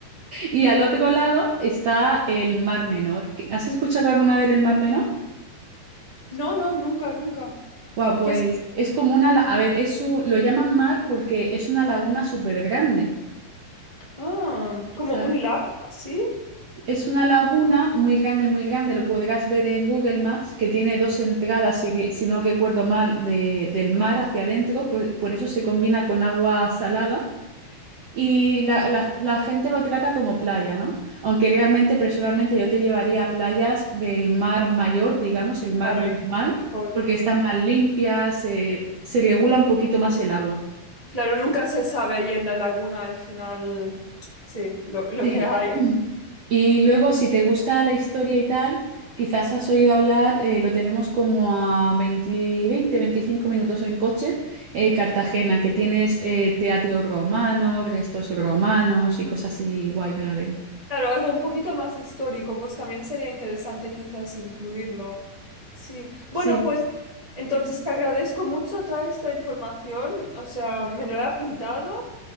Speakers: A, on the right; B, on the right.
A: Y al otro lado está el Mar Menor. ¿Has escuchado alguna vez el Mar Menor?
B: No, no, nunca, nunca.
A: Wow, pues
B: ¿Qué es?
A: es como una, la- a ver, es un- lo llaman mar porque es una laguna súper grande,
B: Ah, como
A: ¿sabes?
B: un lago así.
A: Es una laguna muy grande, muy grande, lo podrás ver en Google Maps, que tiene dos entradas, si, re- si no recuerdo mal, de- del mar hacia adentro, por, por eso se combina con agua salada y la, la- la gente lo trata como playa, ¿no? Aunque realmente personalmente yo te llevaría a playas del mar mayor, digamos, el mar
B: Claro,
A: normal,
B: igual mejor,
A: porque
B: sí.
A: están más limpias, eh, se regula un poquito más el agua.
B: Claro, nunca se sabe ahí en la laguna al final, sí, lo, lo
A: Sí.
B: que hay.
A: <clears throat> Y luego, si te gusta la historia y tal, quizás has oído hablar, eh, lo tenemos como a 20, 20, 25 minutos en coche, eh, Cartagena, que tienes eh, teatro romano, restos romanos y cosas así guay para ver.
B: Claro, algo un poquito más histórico, pues también sería interesante quizás incluirlo. Sí, bueno,
A: Sí,
B: pues entonces te agradezco mucho toda esta información, o sea, me lo he apuntado